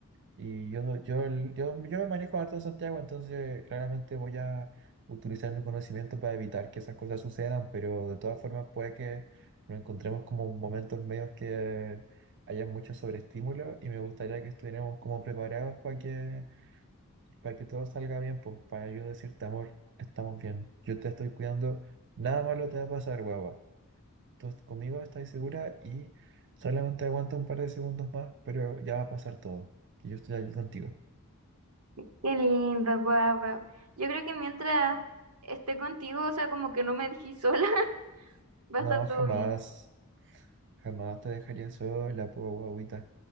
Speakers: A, on the right; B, on the right.
A: y yo, yo, el- yo, yo me manejo harto en Santiago, entonces claramente voy a utilizar mi conocimiento para evitar que esas cosas sucedan, pero de todas formas puede que nos encontremos como momentos medios que haya mucho sobreestímulo y me gustaría que estuviéramos como preparados para que, para que todo salga bien, pues para yo decirte, amor, estamos bien, yo te estoy cuidando, nada malo te va a pasar, guava. Tú est- conmigo estás segura y solamente aguanta un par de segundos más, pero ya va a pasar todo. y Yo estoy aquí contigo.
B: Qué lindo, guau, guau. Yo creo que mientras esté contigo, o sea, como que no me dejé sola, <laughs> va
A: No,
B: a estar
A: jamás,
B: todo bien.
A: jamás te dejaría sola, po, guagüita.